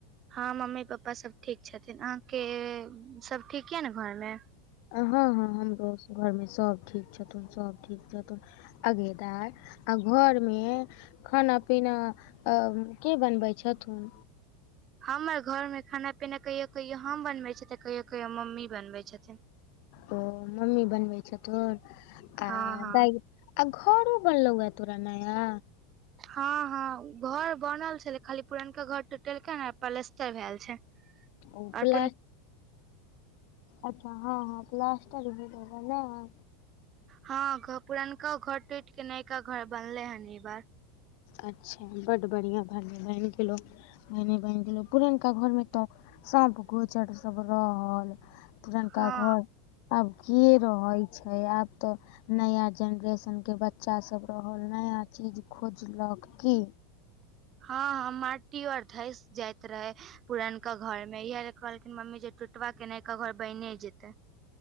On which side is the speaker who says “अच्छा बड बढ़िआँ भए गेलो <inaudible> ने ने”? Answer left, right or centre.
Left